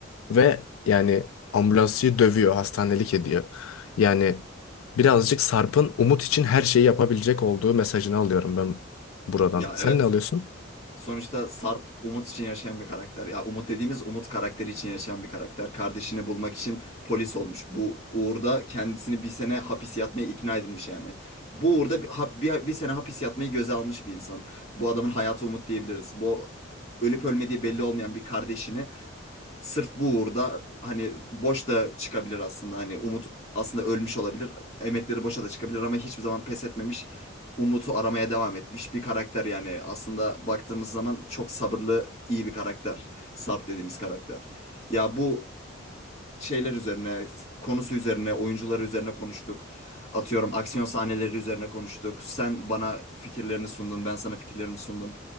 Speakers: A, on the left (about 85°); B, on the left (about 30°).
A: ve yani ambulansçıyı dövüyor, hastanelik ediyor. Yani birazcık Sarp'ın umut için her şeyi yapabilecek olduğu mesajını alıyorum ben buradan.
B: Ya
A: Sen
B: evet.
A: ne alıyorsun?
B: Sonuçta Sarp Umut için yaşayan bir karakter. Ya Umut dediğimiz Umut karakteri için yaşayan bir karakter. Kardeşini bulmak için polis olmuş. Bu uğurda kendisini bir sene hapis yatmaya ikna edilmiş yani. Bu uğurda bir, hap- bir, bir sene hapis yatmayı göze almış bir insan. Bu adamın hayatı Umut diyebiliriz. Bu ölüp ölmediği belli olmayan bir kardeşini Sırf bu uğurda hani boş da çıkabilir aslında. Hani Umut aslında ölmüş olabilir. Emekleri boşa da çıkabilir ama hiçbir zaman pes etmemiş. Umut'u aramaya devam etmiş bir karakter yani. Aslında baktığımız zaman çok sabırlı, iyi bir karakter. Sarp dediğimiz karakter. Ya bu şeyler üzerine, konusu üzerine, oyuncuları üzerine konuştuk. Atıyorum aksiyon sahneleri üzerine konuştuk. Sen bana fikirlerini sundun, ben sana fikirlerimi sundum.